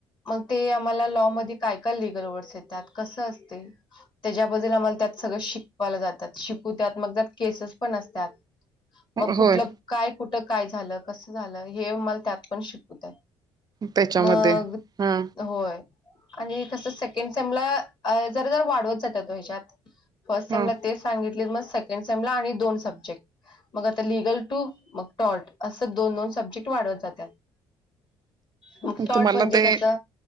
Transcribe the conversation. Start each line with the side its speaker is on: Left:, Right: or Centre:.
Left: मग ते आम्हाला लॉ मध्ये काय काय लिगल वर्डस येतात कसं असते त्याच्याबद्दल आम्हाला त्यात सगळं शिकवायला जातात शिकू त्यात मग त्यात केसेस पण असतात मग
Right: होय
Left: कुठलं काय कुठ काय झालं कस झालं हे मला त्यात पण शिकवतात
Right: त्याच्यामध्ये
Left: मग
Right: हा
Left: होय आणि कसं सेकंड सेमला जरा जर वाढवत जात तो ह्याच्यात फर्स्ट सेमला
Right: हा
Left: तेच सांगितले मग सेकंड सेम ला आणि दोन सब्जेक्ट मग आता लिगल टू मग टॉर्ट असं दोन दोन सब्जेक्ट वाढवत जातात मग टॉट
Right: तुम्हाला
Left: म्हणजे
Right: ते
Left: कसं